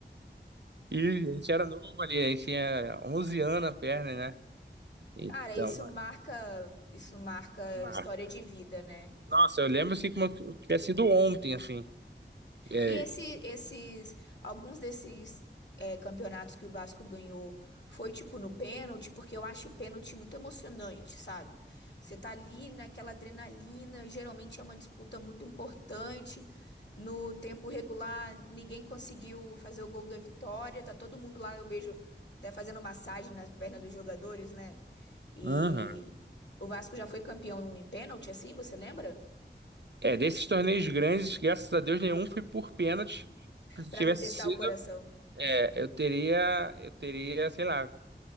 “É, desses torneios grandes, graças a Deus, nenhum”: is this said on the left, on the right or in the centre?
Right